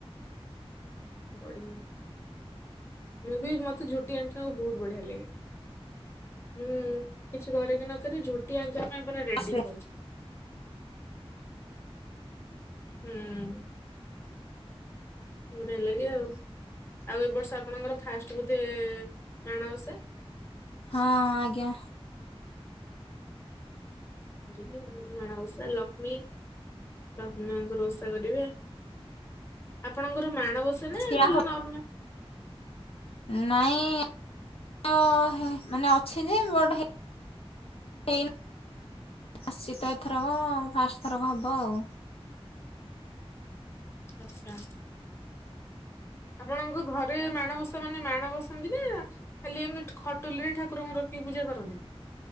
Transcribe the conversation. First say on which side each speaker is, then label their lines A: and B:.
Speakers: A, on the left; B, on the left.
A: ବଢି ମୁଁ ବି ମତେ ଝୋଟି ଆଙ୍କିବାକୁ ବୋହୁତ୍ ବଢିଆ ଲାଗେ। ହୁଁ କିଛି କରେ କି ନ କରେ ଝୋଟି ଆଙ୍କିବା ପାଇଁ ପୁରା ରେଡି
B: ହଁ
A: ଥାଏ। ହୁଁ। ବଢ଼ିଆ ଲାଗେ ଆଉ। ଆଉ ଏ ବର୍ଷ ଆପଣଙ୍କର ଫାଷ୍ଟ ବୋଧେ ମାଣବସା?
B: ହଁ ହଁ, ଆଜ୍ଞା।
A: କରିବେ ମାଣ ଓଷା ଲକ୍ଷ୍ମୀ, ଲକ୍ଷ୍ମୀ ମାଙ୍କର ଓଷା କରିବେ। ଆପଣଙ୍କର ମାଣବସା
B: ଅଛି
A: ନା ଖାଲି
B: ଆହୁ
A: ନର୍ମାଲ।
B: ନାଇଁ। ଓ ମାନେ ଅଛି ଯେ ମୋଟ ହେ। ଇ ଆସିଛି ତ ଏଥରକ ଫାଷ୍ଟ ଥରକ ହବ ଆଉ।
A: ଆଚ୍ଛା। ଆପଣଙ୍କ ଘରେ ମାଣବସା ମାନେ ମାଣବସନ୍ତି ନା। ଖାଲି ଏମିତି ଖଟୁଲି ରେ ଠାକୁରଙ୍କୁ ରଖିକି ପୂଜା କରନ୍ତି।